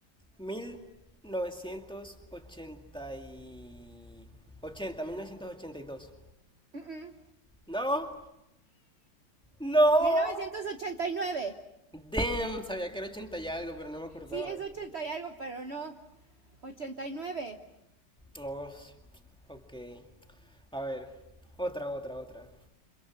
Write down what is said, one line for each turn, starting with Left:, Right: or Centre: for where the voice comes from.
Centre: mil novecientos ochenta y... 80, 1982.
Right: Mm, mm,
Centre: No, no.
Right: 1989.
Centre: Damn, sabía que era ochenta y algo, pero no me acordaba.
Right: Sí, es 80 y algo, pero no. 89.
Centre: Oh, ok. A ver, otra, otra, otra.